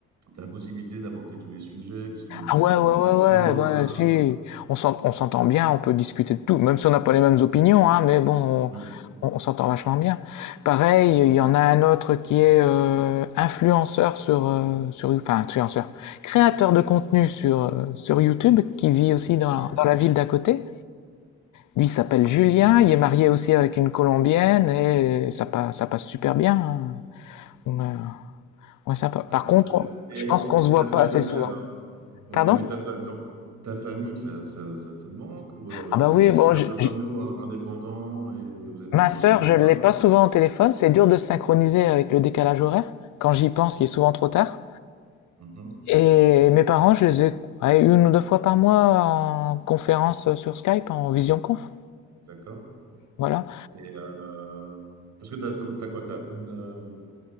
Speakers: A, on the right (about 65°); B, on the left (about 80°).
A: as la possibilité d'apporter tous les sujets qui sont qui
B: Ah ouais,
A: sont
B: ouais, ouais,
A: en perso
B: ouais,
A: de...
B: ouais, si. On s'ent- on s'entend bien, on peut discuter de tout, même si on n'a pas les mêmes opinions, hein, mais bon,
A: Oui,
B: on, on- on s'entend vachement bien. Pareil, il y en a un autre qui est euh, influenceur sur, euh, sur, enfin, influenceur, créateur de contenu sur, euh, sur YouTube, qui vit aussi dans,
A: ah oui.
B: dans la ville d'à côté. Lui, il s'appelle Julien, il est marié aussi avec une Colombienne, et ça passe, ça passe super bien. hein. On est, on est sympa. Par
A: Ah, bah,
B: contre,
A: c'est-
B: on-
A: et,
B: je pense qu'on
A: et
B: se voit
A: ta famille
B: pas assez souvent.
A: alors? Ouais,
B: Pardon?
A: mais ta, fa- donc, ta famille, ça, ça, ça te manque? Ou alors
B: Ah
A: vous
B: bah oui,
A: êtes aussi
B: bon,
A: un
B: j-
A: peu comme
B: j-
A: nous, in- indépendants et vous n'avez pas
B: Ma
A: besoin
B: sœur,
A: de vous voir?
B: je ne l'ai pas souvent au téléphone, c'est dur de se synchroniser avec le décalage horaire. Quand j'y pense, il est souvent trop tard.
A: Mhm,
B: Et mes parents, je les ai ouais, une ou deux fois par mois en conférence sur Skype, en visionconf.
A: d'accord.
B: Voilà.
A: Et euh, parce que t'as, t'as t'as quoi? T'as une, euh,